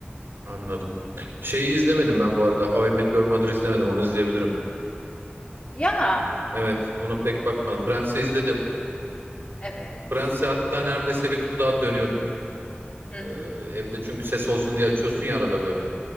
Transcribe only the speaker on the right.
anladım. Şeyi izlemedim ben bu arada. How I Met Your Mother izlemedim. Onu izleyebilirim.
Evet, onu pek bakmadım. Friends'i izledim.
Friends'i hatta neredeyse bir tur daha dönüyordum.
Ee,
evde çünkü ses olsun diye açıyorsun ya arada böyle.